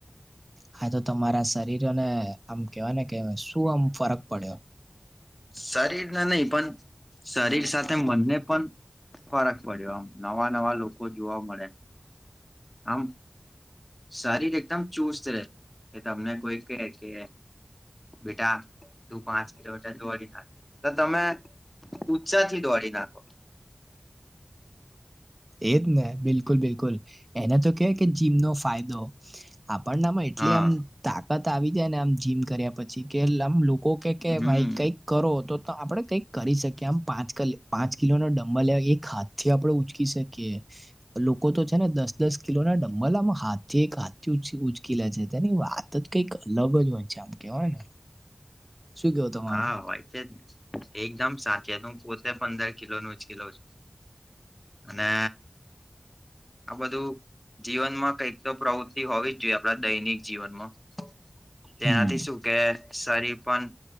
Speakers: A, on the right; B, on the left.
A: હા તો તમારા શરીરોને આમ કેવાય ને કે શું આમ ફરક પડ્યો?
B: શરીર ને નહી પણ શરીર સાથે મનને પણ ફરક પડ્યો આમ નવા નવા લોકો જોવા મળે આમ શરીર એકદમ ચુસ્ત રહેે કે તમને કોઈ કે કે બેટા તું પાંચ કિલોમીટર દોડી નાખ તો તમે ઉત્સાહથી દોડી નાખો.
A: એજ ને બિલકુલ બિલકુલ એને તો કે કે જીમનો ફાયદો આપણનેમાં એટલી
B: હા
A: આમ તાકાત આવી જાય ને આમ જીમ કર્યા પછી કે લે આમ લોકો કે કે
B: હમ
A: ભાઈ કઈક કરો તો આપડે કંઈક કરી શકીએ આમ પાંચ ક પાંચ કિલોનો ડમબર લે એક હાથ થી આપડે ઉચકી શકીએ. લોકો તો છે ને દસ દસ કિલો ના ડમ્બલ આમા હાથ થી એક હાથ થી ઉચકીલા છે તેની વાત તો તો કઇક અલગ જ હોય છે આમ કેવાય ને. શું કેવું તમારું?
B: હા હોય છે જ ને એકદમ સાચી વાત હું પોતે પંદર કિલોનું ઉંચકી લવ છું. અને આ બધું જીવનમાં કંઈક તો પ્રવૃતિ હોવી જ જોઈએ આપડા દૈનિક જીવનમાં તેનાથી
A: હમ
B: શું કે શરીર પણ